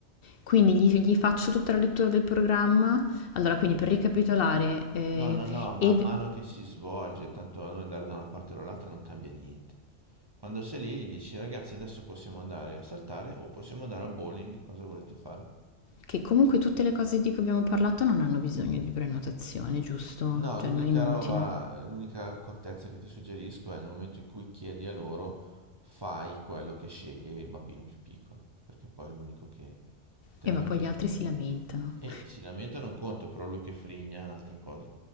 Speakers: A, on the left; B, on the right.
A: Quindi gli, gli faccio tutta la lettura del programma. Allora, quindi per ricapitolare, eh,
B: No, no, no, man
A: e-
B: mano che si svolge, tanto a noi andare da una parte o dall'altra non cambia niente. Quando sei lì gli dici, ragazzi, adesso possiamo andare a saltare o possiamo andare a bowling, cosa volete fare?
A: che comunque tutte le cose di cui abbiamo parlato non hanno bisogno di prenotazione, giusto?
B: No,
A: Cioè,
B: l'unica
A: non è inutile.
B: roba, l'unica accortezza che ti suggerisco è nel momento in cui chiedi a loro, fai quello che sceglie il bambino più piccolo, perché poi è l'unico che te
A: E
B: la
A: eh, ma
B: mette
A: poi gli
B: giù
A: altri
B: dura.
A: si lamentano.
B: E si lamenta non conto, però lui che frigna è un'altra cosa.